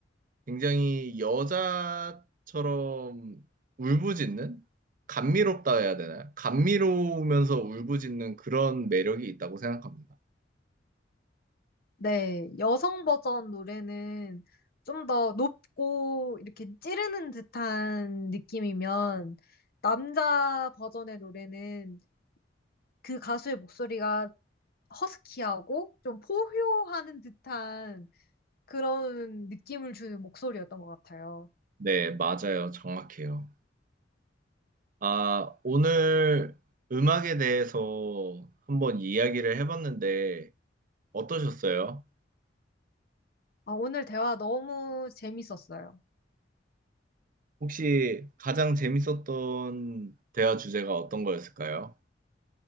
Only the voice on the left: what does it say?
네, 여성 버전 노래는 좀 더 높고 이렇게 찌르는 듯한 느낌이면 남자 버전의 노래는 그 가수의 목소리가 허스키하고 좀 포효하는 듯한 그런 느낌을 주는 목소리였던 것 같아요.
아, 오늘 대화 너무 재밌었어요.